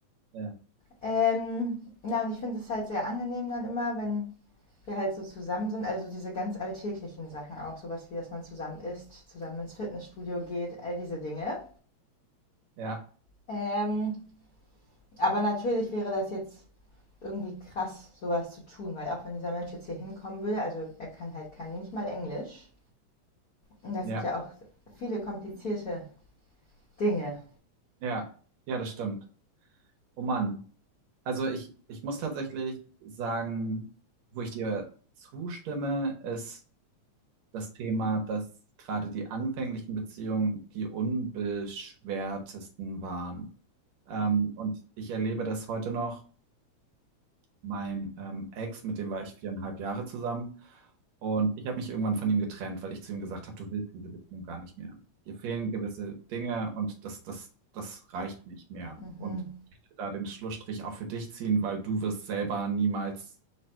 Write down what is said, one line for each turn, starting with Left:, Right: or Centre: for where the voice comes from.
Right: Ja,
Left: Ähm, na, und ich finde es halt sehr angenehm dann immer, wenn wir halt so zusammen sind, also diese ganz alltäglichen Sachen auch, sowas wie, dass man zusammen isst, zusammen ins Fitnessstudio geht, all diese Dinge.
Right: ja.
Left: Ähm, aber natürlich wäre das jetzt irgendwie krass, sowas zu tun, weil auch wenn dieser Mensch jetzt hier hinkommen würde, also er kann halt kann nicht mal Englisch. Und das
Right: Ja.
Left: sind ja auch viele komplizierte Dinge.
Right: Ja, ja, das stimmt. Oh Mann. Also ich, ich muss tatsächlich sagen, wo ich dir zustimme, ist das Thema, dass gerade die anfänglichen Beziehungen die unbeschwertesten waren. Ähm, und ich erlebe das heute noch. mein ähm, Ex, mit dem war ich viereinhalb Jahre zusammen. Und ich habe mich irgendwann von ihm getrennt, weil ich zu ihm gesagt habe, du willst diese Beziehung gar nicht mehr. Dir fehlen gewisse Dinge und das, das, das reicht nicht mehr.
Left: Mhm.
Right: Und ich möchte da den Schlussstrich auch für dich ziehen, weil du wirst selber niemals